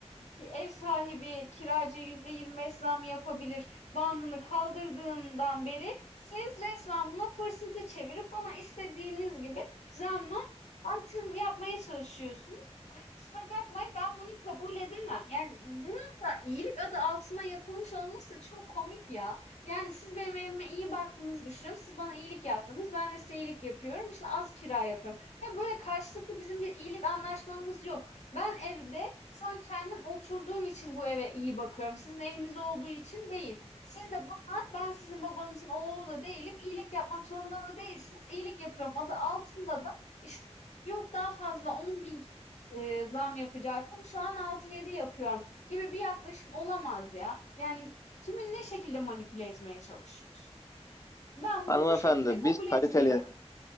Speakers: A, on the left (about 85°); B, on the left (about 30°).
A: ki ev sahibi kiracıya %25 zam yapabilir bandını kaldırdığından beri siz resmen buna fırsatı çevirip bana istediğiniz gibi zamla artırım yapmaya çalışıyorsunuz. Ama kusura bakmayın ben bunu kabul edemem. Yani bunun da iyilik adı altına yapılmış olması da çok komik ya. Yani siz benim evime iyi baktığınızı düşünüyorum. Siz bana iyilik yaptınız. Ben de size iyilik yapıyorum. İşte az kira yapıyorum. yani böyle karşılıklı bizim bir iyilik anlaşmamız yok. Ben evde şu an kendim oturduğum için bu eve iyi bakıyorum. Sizin eviniz olduğu için değil. Siz de bana, ben sizin babanızın oğlu da değilim. İyilik yapmak zorunda da değilsiniz. İyilik yapıyorum. Adı altında da işte yok daha fazla 10 bin e, zam yapacaktım. Şu an 6-7 yapıyorum gibi bir yaklaşım olamaz ya. Yani kimin ne şekilde manipüle etmeye çalışıyorsun? Ben
B: Hanımefendi
A: bunu bu şekilde kabul
B: biz
A: etmiyorum.
B: kaliteli